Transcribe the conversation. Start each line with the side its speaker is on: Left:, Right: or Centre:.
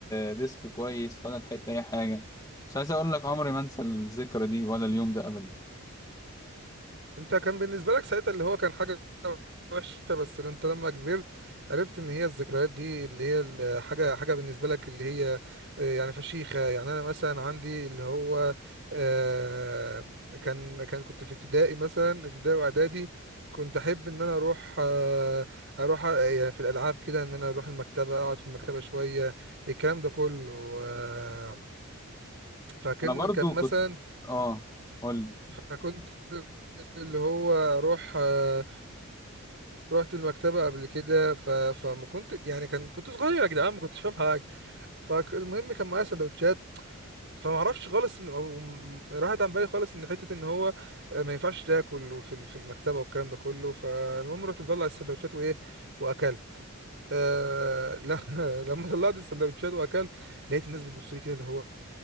Left: ديسك كويس ولا لحقت اي حاجه مش عايز اقول لك عمري ما انسى الذكرى دي ولا اليوم ده ابدا
Right: انت كان بالنسبة لك ساعتها اللي هو كان حاجة وحشة بس اللي انت لما كبرت عرفت ان هي الذكريات دي اللي هي الحاجة حاجة بالنسبة لك اللي هي آه، يعني فشيخة يعني انا مثلا عندي اللي هو آه، كان كان كنت في ابتدائي مثلا ابتدائي واعدادي كنت احب ان انا اروح آه، اروح آه، يعني في الالعاب كده ان انا اروح المكتبة اقعد في المكتبة شوية الكلام ده كله آه، فكان
Left: انا برضو
Right: كان مثلا
Left: كنت اه قول لي
Right: فكنت اللي هو اروح آه، رحت المكتبة قبل كده ف... فما كنت يعني كان كنت صغير يا جدعان ما كنتش فاهم حاجة فالمهم كان معايا سندوتشات فما اعرفش خالص ان أو م- راحت عن بالي خالص ان حته ان هو آه، ما ينفعش تاكل في في المكتبه والكلام ده كله فالمهم رحت مطلع السندوتشات وايه واكلت آه لا <laughs> لما طلعت السندوتشات واكلت لقيت الناس بتبص لي كده اللي هو